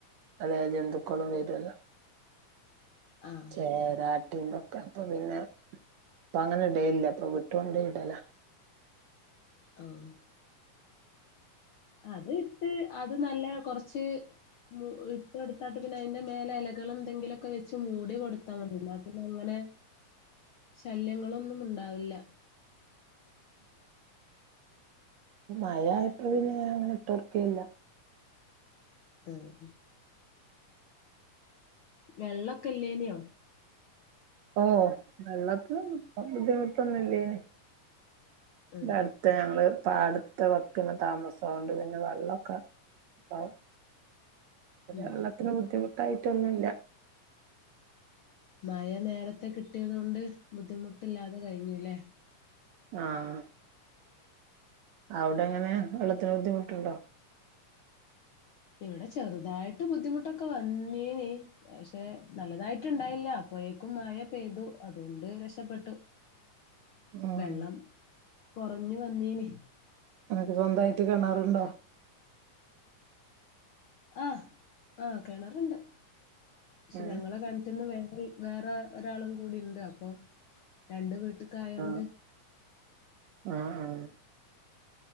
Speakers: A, on the right (about 70°); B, on the left (about 70°).
A: അതായത് ജന്തുക്കളും വരൂല്ലൊ
B: ആഹ്
A: ചേര എന്തൊക്കെ പ്പൊപിന്നെ ഇപ്പ അങ്ങനെഡേല്ല പ ഇപ്പം വിട്ടുകൊണ്ടേയിടല
B: ഓഹ് അത് ഇട്ട് അത് നല്ല കൊറച്ച് മു ഹ് ഇട്ടുകൊടുത്താട്ട് പിന്നെ അതിന്റെ മേലെ ഇലകൾ എന്തെങ്കിലും ക്കെ വെച്ച് മൂടി കൊടുത്താമതീ ന പിന്നങ്ങനെ ശല്യങ്ങളൊന്നും ഉണ്ടാവില്ല
A: ഉം മഴ ആയപ്പോ പിന്നെഅങ്ങനെ ഇട്ടോടെക്കെയില്ല
B: അഹ് ഹ് വെള്ളൊക്കെ ഇല്ലേനിയോ
A: ഓ വെള്ളത്തിന് ബുദ്ധിമുട്ടൊന്നും ഇല്ലേനി
B: ആഹ്
A: ഇടടുത്ത് ഞങ്ങള് പ്പ അടുത്ത് വെക്കുന്ന താമസം അത് കൊണ്ട് പിന്നെ വെള്ളൊക്കെ ഉണ്ടാവും
B: ഉം
A: വെള്ളത്തിന് ബുദ്ധിമു ട്ടായിട്ടൊന്നുല്ല
B: മഴ നേരത്തെ കിട്ടിയത് കൊണ്ട് ബുദ്ധിമുട്ടില്ലാതെ കഴിഞ്ഞുല്ലേ
A: ആഹ് അവിടെ എങ്ങനെ വെള്ളത്തിന് ബുദ്ധിമുട്ടുണ്ടോ
B: ഇവിടെ ചെറുതായിട്ട് ബുദ്ധിമുട്ടൊക്കെ വന്നിനി പക്ഷെ നല്ലതായിട്ടുണ്ടായില്ല അപ്പോഴേക്കും മഴ പെയ്തു അതുകൊണ്ട് രക്ഷപ്പെട്ടു
A: ആഹ്
B: വെള്ളം കൊറഞ്ഞു വന്നീന്
A: അനക്ക് സ്വന്തമായിട്ട് കിണറുണ്ടോ
B: ആഹ് ആഹ് കിണറുണ്ട് പക്ഷെ
A: ആഹ്
B: ഞങ്ങളെ കിണറ്റിന്ന് വേ വേറെ ഒരാളും കൂടി ഉണ്ട് അപ്പൊ രണ്ട് വീട്ട് ക്കായൊണ്ട്
A: ആഹ് ആഹ്